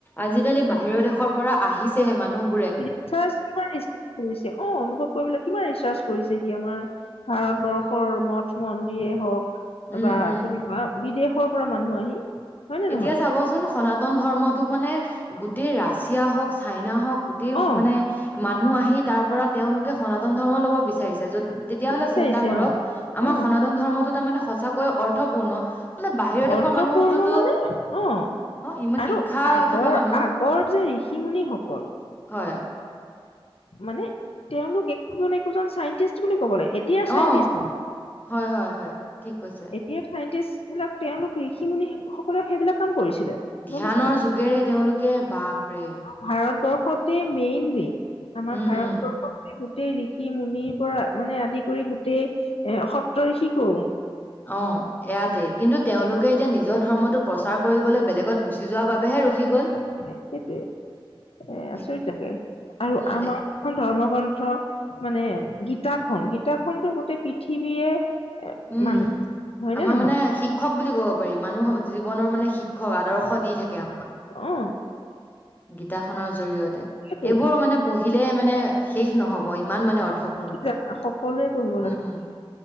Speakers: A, on the left; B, on the left.
A: আজিকালি বাহিৰৰ দেশৰ পৰা আহিছেহে মানুহ।
B: ৰিচাৰ্ছ, কিমান ৰিচাৰ কৰিছে অ অনুভৱ কৰিবলৈ কিমান ৰিচাৰ্চ কৰিছে সি আমাৰ। ভাৰতবৰ্ষৰ মঠ মন্দিয়েই হওক
A: উম
B: বা আপুনি
A: উম
B: বিদেশৰ পৰা মানুহ আহি হয় নে
A: এতিয়া
B: নহয়
A: চাবচোন সনাতন ধৰ্মটোক মানে গোটেই ৰাছিয়া হওক, ছাইনাৰ হওক, গোটেই
B: অ
A: মানে মানুহ আহি তাৰ পৰা তেওঁলোকে সনাতন ধৰ্ম ল'ব বিচাৰিছে। তেতিয়া হ'লে
B: বিচাৰিছে
A: চিন্তা কৰক,
B: অ
A: আমাৰ
B: উম
A: সনাতন ধৰ্মটো তাৰমানে সঁচাকৈয়ে অৰ্থপূৰ্ণ। বোলে বাহিৰৰ
B: অৰ্থপূৰ্ণ
A: দেশৰ মানুহকটোতো
B: মানে অ,
A: ইমান
B: আৰু
A: শিক্ষা
B: আগৰ-
A: থকা মানুহ
B: আগৰ যে ঋষি মুনিসকল
A: হয়
B: মানে তেওঁলোক একোজন- একোজন চাইন্টিষ্ট বুলি ক'ব লাগিব।
A: অ
B: চাইণ্টিষ্ট
A: হয় হয় হয় ঠিক কৈছে
B: এতিয়া চাইণ্টিষ্টবিলাক তেওঁলোক ঋষি মুুনি সকলে সেইবিলাক কাম কৰিছিলে।
A: ধ্যানৰ
B: গম পাইছা নে নাই?
A: যোগেৰে তেওঁলোকে বাপৰে
B: ভাৰতবৰ্ষতে মেইনলি, আমাৰ
A: উম,
B: ভাৰতবৰ্ষতে
A: উম,
B: গোটেই ঋষি মুনিৰ পৰা মানে, আদি কৰি গোটেই এ সপ্ত ঋষিকো
A: অ, ইয়াতে। কিন্তু তেওঁলোকে এতিয়া নিজৰ ধৰ্মটো প্ৰচাৰ কৰিবলৈ বেলেগত গুচি যোৱাৰ বাবেহে ৰখি গ'ল।
B: সেইটোৱে এ
A: সেই-
B: আচৰিত লাগে, আৰু
A: উম,
B: আমাৰ খন ধৰ্ম গ্ৰন্থ মানে গীতাখন গীতাখনতো গোটেই পৃথিৱীয়ে এ
A: উম
B: মানি হয় নে
A: আমাৰ
B: নহয়
A: মানে শিক শিক্ষক বুলি ক'ব পাৰি মানুহ জীৱনৰ মানে শিক্ষক আদৰ্শ দি থাকে আমাক
B: অ
A: গীতাখনৰ জৰিয়তে
B: তাকেতো
A: এইবোৰ
B: গীতা
A: মানে পঢ়িলে মানে শেষ নহ'ব ইমান মানে অৰ্থপূৰ্ণ
B: কি জানা সকলোৱে পঢ়িব
A: উম উম